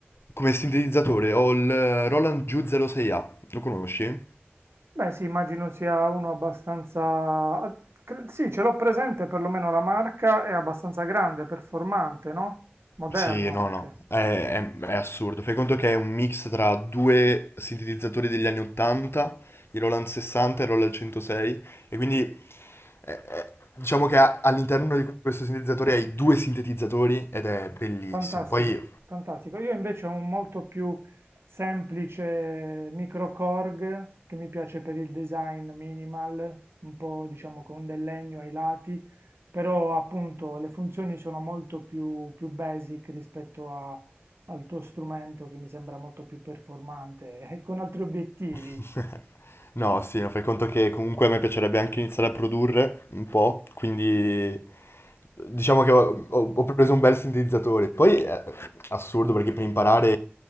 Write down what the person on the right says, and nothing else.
Beh, sì, immagino sia uno abbastanza... ah, cre- Sì, ce l'ho presente, perlomeno la marca è abbastanza grande, performante, no? Moderno
anche.
Fantastico,
fantastico. Io invece ho un molto più semplice micro Korg che mi piace per il design minimal, un po' diciamo con del legno ai lati, però appunto le funzioni sono molto più, più basic rispetto a- al tuo strumento che mi sembra molto più performante <laughs> e con altri obiettivi.